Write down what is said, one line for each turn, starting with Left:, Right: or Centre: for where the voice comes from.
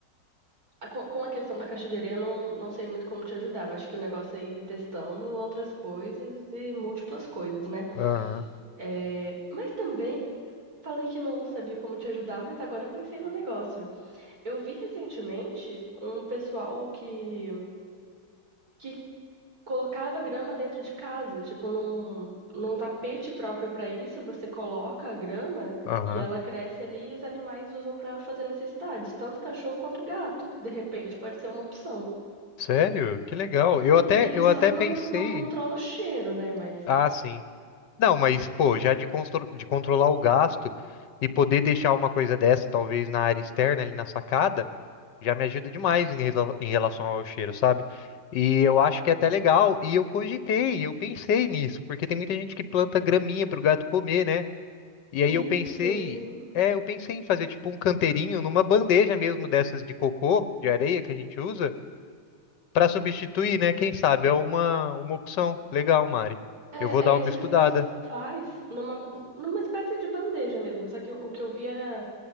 Right: a- com com a questão da caixa de areia, eu não, não sei muito como te ajudar. Eu acho que o negócio é ir testando outras coisas e múltiplas coisas, né?
Left: Aham,
Right: É, mas também falei que não sabia como te ajudar, mas agora eu pensei no negócio. Eu vi recentemente um pessoal que, que colocava grama dentro de casa, tipo num, num tapete próprio para isso, você coloca a grama
Left: aham.
Right: e ela cresce ali e os animais usam para fazer necessidades, tanto cachorro quanto gato, de repente, pode ser uma opção.
Left: Sério? Que legal.
Right: Sim,
Left: Eu até,
Right: ele
Left: eu
Right: só
Left: até
Right: não,
Left: pensei.
Right: não controla o cheiro, né? Mas
Left: Ah, sim. Não, mas, pô, já de, constro- de controlar o gasto e poder deixar uma coisa dessa, talvez na área externa, ali na sacada, já me ajuda demais em, rela- em relação ao cheiro, sabe? E eu acho que é até legal. E eu cogitei, eu pensei nisso, porque tem muita gente que planta graminha pro gato comer, né? E aí
Right: isso,
Left: eu pensei,
Right: sim.
Left: é, eu pensei em fazer tipo um canteirinho numa bandeja mesmo dessas de cocô, de areia que a gente usa, pra substituir, né? Quem sabe? É uma, uma opção. Legal, Mari.
Right: É,
Left: Eu vou dar
Right: é isso
Left: uma estudada.
Right: que o pessoal faz numa, numa espécie de bandeja mesmo. Só que o, o que eu vi era